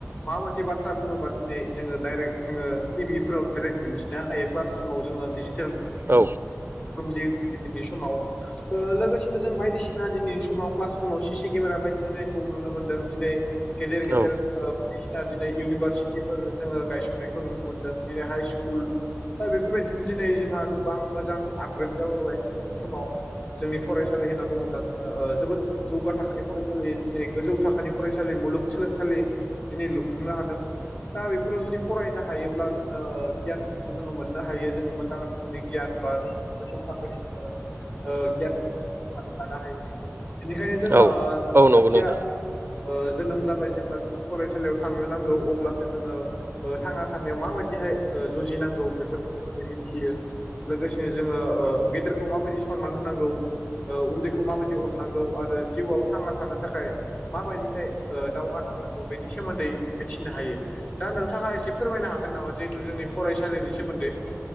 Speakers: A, on the left (about 35°); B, on the right (about 45°).
A: माबा मोनसे बाथ्रा बुङोबा दिनै । जोङो डाइरेक्ट जो टि भिफ्राव डाइेक्ट दिन्थिनो हायो क्लास रुमाव जोङो डिजिटेल
B: औ
A: । जिु दिनैनि समाव लोगोसेनो जों बायदिसिना दिनैनि समाव क्लास रुमाव केमेरा बायदि होनायखौु मोनदों दिनै गेदेर गेदेर
B: औ
A: बायदिसिना दिनै इउनिभारसिटि फोर जोङो गायसननायखौ नुनो मोन्दों दिनै हाइ स्कुल बेफोरबायदिनो दिनै जोंहा गोबां मोजां आपग्रेड जाबोबाय दिनै समाव जोंनि फरायसालि होनना बुङोब्ला जोङो जोबोद जौगा थाखोनि फरायसालि दिनै गोजौ थाखोानि फरायसालिमोन । मुलुगसोलोंसालि दिनै लुफुंनो हादों दा बेफोराव जुदि फरायनो हायोब्ला जोङो गियानफोरखौ जोङो मोननो हायो जोङो मोजां रोखोमनि गियान बा जोङो गोसौ थाखोनि गियानफोरखौ लानो हायो बेनिखायनो जोङो
B: औ
A: सासे
B: औ नंगौ
A: मानसिया
B: नोंथाङां
A: जोनोम जाबाय जेब्ला जोङो फरायसालियाव थांनो नांगौ अब्लासो जोङो थाङा । सनायाव माबायदिहाय जुजिनांगौ बेफोरनि सोमोन्दै मिथियो लोगोसेनो जोङो गेदेरखौ माबायदि सनमान होनांगौ उन्दैखौ माबायदि अननांगौ आरो जिउआव थांना थानो थाखाय माबायदिहाय दावहा नांगौ । <inaudible> बेनि सोमोन्दै मिथिनो हायो । दानों थाङा फोरमायनो हागोन नामा जिहेथु जोंनि फरायसालिनि सोमोन्दै